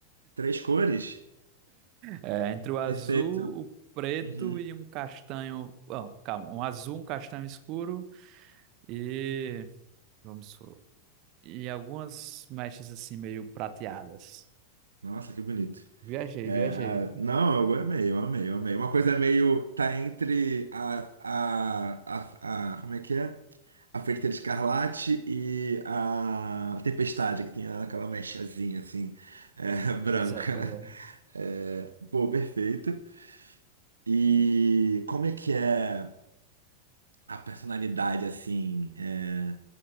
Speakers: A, on the right (about 75°); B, on the right (about 40°).
A: Três cores?
B: É, entre o azul,
A: Perfeito.
B: o preto
A: Uhum.
B: e um castanho. Não, calma, um azul, um castanho escuro e. Vamos. supor, E algumas mechas assim meio prateadas.
A: Nossa, que bonito.
B: Viajei,
A: É,
B: viajei.
A: a- não, eu amei, eu amei, eu amei. Uma coisa meio. Tá entre a, a, a, a- Como é que é? A Feiticeira Escarlate e a Tempestade, que tem aquela mechazinha assim, é, <laughs> branca.
B: Pois é, pois é.
A: É, pô, perfeito. E como é que é? a personalidade assim é,